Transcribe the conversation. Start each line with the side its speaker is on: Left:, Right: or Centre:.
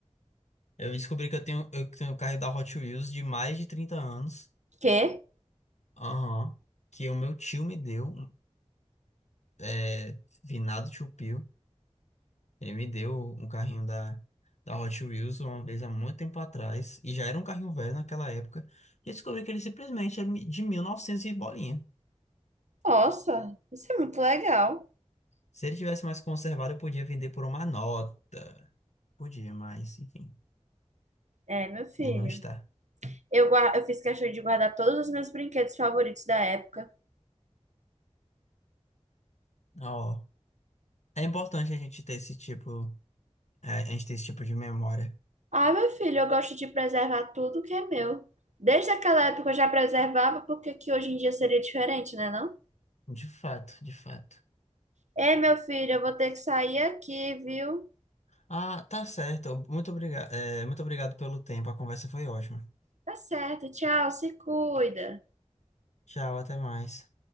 Left: Eu descobri que eu tenho, eu tenho o carro da Hot Wheels de mais de 30 anos.
Right: Que?
Left: Aham. Que o meu tio me deu. É, finado tio Pio. Ele me deu um carrinho da, da Hot Wheels uma vez há muito tempo atrás. E já era um carrinho velho naquela época. E eu descobri que ele simplesmente é mi- de 1900 e bolinha.
Right: Nossa, isso é muito legal.
Left: Se ele tivesse mais conservado, eu podia vender por uma nota. Podia, mas enfim.
Right: É, meu filho.
Left: Ele não está.
Right: Eu, gua- eu fiz questão de guardar todos os meus brinquedos favoritos da época.
Left: Ó. É importante a gente ter esse tipo, é, a gente ter esse tipo de memória.
Right: Ah, meu filho, eu gosto de preservar tudo que é meu. Desde aquela época eu já preservava, porque que hoje em dia seria diferente, né, não?
Left: De fato, de fato.
Right: Ei, meu filho, eu vou ter que sair aqui, viu?
Left: Ah, tá certo. Muito obrigado, muito obrigado pelo tempo. A conversa foi ótima.
Right: Tá certo, tchau, se cuida.
Left: Tchau, até mais.